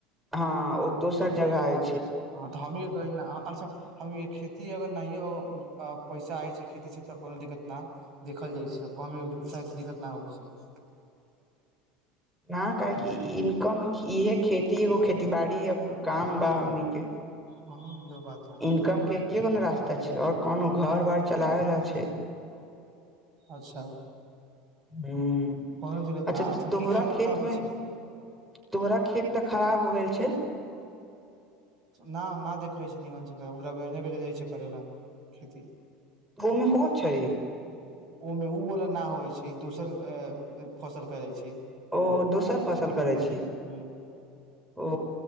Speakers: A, in the centre; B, on the right (about 45°).
A: हँ ओ दोसर जगह आय
B: हँ तऽ हमनी के कहलियै ने अच्छा हमनी के खेती अगर नइयो हो पैसा आइ छै खेती छै तऽ कोनो दिक्कत न देखल जाइ छै कम बेस उतना दिक्कत न होइ छै <inaudible>
A: ह काहे
B: खेती
A: की
B: से।
A: ईनकम इहे खेती एगो खेती बाड़ी आ काम बा हमनीके
B: हँ बात ह।
A: इनकम के एके गो न रास्ता
B: हूँ,
A: छै ओर कोनो घर बार चलाबला छै
B: अच्छा
A: हूँ
B: कोनो दिक्कत
A: अच्छा
B: न
A: तऽ तोहरा
B: की खाना
A: खेत
B: खाबै
A: मे
B: छै
A: तोहरा खेत तऽ खराब हो गेल छै
B: ना ना देखै छै निमांशु का ओ रविरंजन के दऽ देने छै करय ला खेती
A: ओ मे उहो छै
B: ओहमे ऊ वाला न होइ छै दोसर अ फसल करय छै
A: ओ दोसर फसल करय छी
B: ह
A: ओ